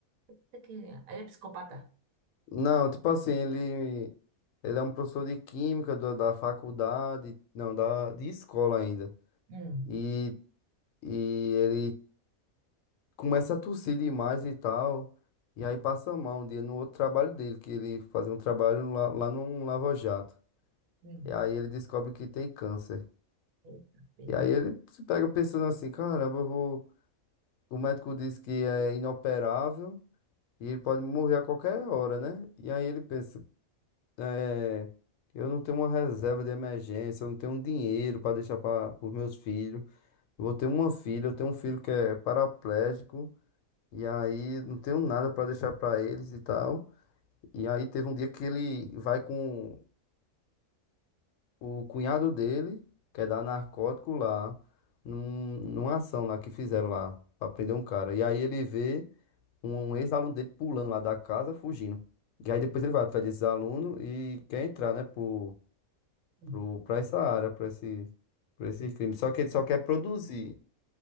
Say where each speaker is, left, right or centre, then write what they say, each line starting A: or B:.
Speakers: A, on the right; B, on the left.
A: Puta que- Ele é psicopata.
B: Não, tipo assim, ele, ele é um professor de química do da faculdade, não, da, de escola ainda.
A: Hum,
B: E, e ele começa a tossir demais e tal. E aí passa mal um dia no outro trabalho dele, que ele fazia um trabalho lá, lá num lava-jato.
A: hum.
B: E aí ele descobre que tem câncer.
A: Eita, pega.
B: E aí ele se pega pensando assim, caramba, eu vou... o médico disse que é inoperável e ele pode morrer a qualquer hora, né? E aí ele pensa. É, eu não tenho uma reserva de emergência, eu não tenho um dinheiro para deixar para os meus filhos. Eu vou ter uma filha, eu tenho um filho que é paraplégico, e aí não tenho nada para deixar para eles e tal. E aí teve um dia que ele vai com o cunhado dele, que é dar narcótico lá, num, numa ação lá que fizeram lá, para prender um cara. E aí ele vê um, um ex-aluno dele pulando lá da casa, fugindo. E aí depois ele vai atrás desses alunos e quer entrar, né, por
A: Hum.
B: pro, pra essa área, pra esse, pra esses crimes. Só que ele só quer produzir.